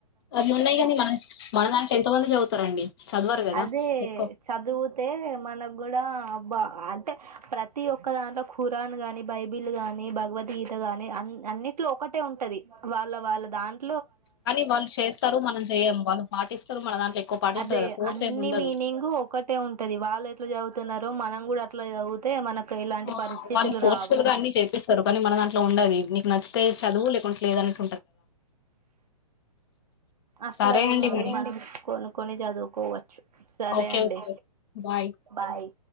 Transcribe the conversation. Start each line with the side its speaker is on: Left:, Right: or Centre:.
Left: అవి ఉన్నాయి కాని మన మన దాంట్లో ఎంత మంది చదువుతారండి చదవరు కదా
Right: అదే
Left: ఎక్కువ
Right: చదువుతే మనకు కూడా అబ్బ అంటే ప్రతి ఒక్క దాంట్లో ఖురాన్ గాని బైబిల్ గాని భగవద్గీత గాని అన్నిట్లో ఒకటే ఉంటది వాళ్ళ వాళ్ళ దాంట్
Left: కానీ వాళ్ళు చేస్తారు మనం చేయము వాళ్ళు పాటిస్తారు మన దాంట్లో ఎక్కువ పాటిస్తారు
Right: అదే
Left: కదా
Right: అన్ని
Left: ఏమి ఉండదు
Right: మీనింగ్ ఒకటే ఉంటది వాళ్ళ ఎట్ల చే చదువుతున్నారు మనం కూడా అట్లా చదువుతే మనకు ఎలాంటి
Left: ఆ
Right: పరిస్థితులు
Left: వాళ్ళు ఫోర్స్ఫుల్
Right: రావు
Left: గా అన్ని చేపిస్తారు కానీ మన దాంట్లో ఉండది నీకు నచ్చితే చదువు లేక్ కుంట్లేదన్
Right: అట్లా
Left: సరే
Right: ఏముండది
Left: అండి మరి
Right: మనం కొన్ని కొన్ని చదువుకోవ సరే
Left: ఓకే
Right: అండి
Left: ఓకే బాయ్
Right: బాయ్